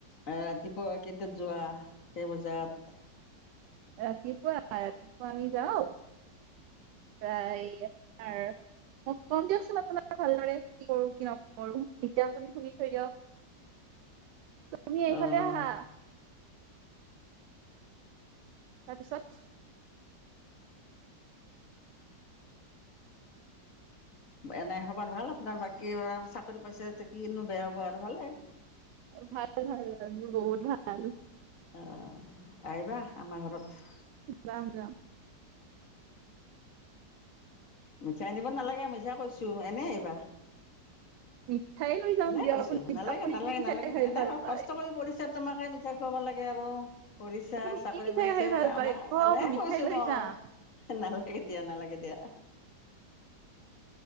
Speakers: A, on the left; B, on the right.
A: ৰাতিপুৱা কেইটাত যোৱা কেই বজাত?
B: ৰাতিপোৱা আমি যাওঁ, প্ৰায় <unintelligible> দিয়কচোন আপো ভালদৰে কি কৰো কি নকৰো, এতিয়া খুনি শুনি থৈ দিয়ক। তুমি এইফালে
A: অঁ
B: আহা। তাৰপিছত?
A: এনেই হ'ব ভাল আপোনাৰ বাকী চাকৰি পাইছে কিনো বেয়া হ'ব আৰু ভালে।
B: ভাল ভাল ভাল বহুত ভাল।
A: অ', আহিবা আমাৰ ঘৰত।
B: যাম যাম।
A: <unintelligible> মিছা কৈছো এনেই আহিবা।
B: মিঠাই লৈ যাম
A: এনে
B: দিয়ক
A: কৈছো
B: আপুনি
A: নালাগে
B: আপুনি
A: নালাগে
B: কি মিঠাই
A: নালাগে,
B: খাই
A: এনে
B: ভাল পায়
A: কষ্ট কৰি পঢ়িছা তোমাকে মিঠাই খুৱাব লাগে আৰু পঢ়িছা
B: আপুনি
A: চাকৰি
B: কি মিঠাই
A: পাইছা
B: খাই ভাল
A: আমাক
B: পায় কওক
A: এনে
B: মিঠাই
A: কৈছো
B: লৈ
A: মই,
B: যাম
A: না লাগে দিয়া নালাগে দিয়া।